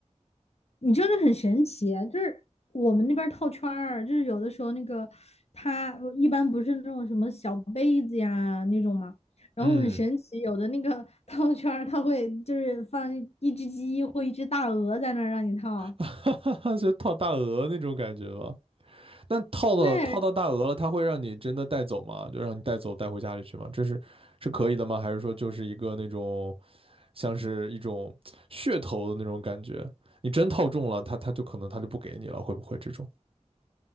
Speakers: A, on the left (about 60°); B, on the right (about 50°).
A: 你真的很神奇啊，就是我们那边套圈儿，就是有的时候那个它一般不是那种什么小杯子呀那种嘛，然后很神奇，
B: 嗯，
A: 有的那个 <laughs> 套圈儿它会就是放一只鸡或一只大鹅在那儿让你套。
B: <laughs> 哈哈哈，就套大鹅那种感觉吧。那套到套到大鹅了，
A: 对，
B: 它会让你真的带走吗？就让你带走带回家里去吗？这是是可以的吗？还是说就是一个那种像是一种噱头的那种感觉？你真套中了，它它就可能它就不给你了，会不会这种